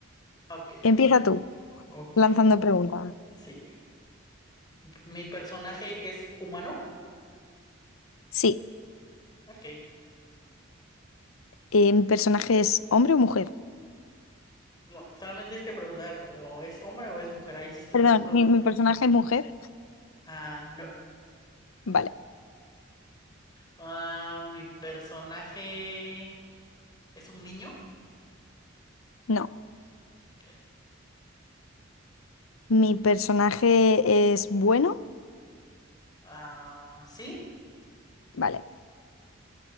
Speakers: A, on the left; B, on the left.
A: ok,
B: empieza
A: eh,
B: tú,
A: ok,
B: lanzando preguntas.
A: sí. ¿Mi personaje es humano?
B: Sí,
A: Ok.
B: eh, ¿mi personaje es hombre o mujer?
A: No, solamente tienes que preguntar, ¿o es hombre o es mujer? Ahí hiciste
B: Perdón,
A: dos preguntas.
B: ¿mi, mi personaje es mujer?
A: Ah, no.
B: Vale,
A: Ah, ¿mi personaje es un niño?
B: no.
A: Ok.
B: ¿Mi personaje es bueno?
A: Ah, sí,
B: Vale,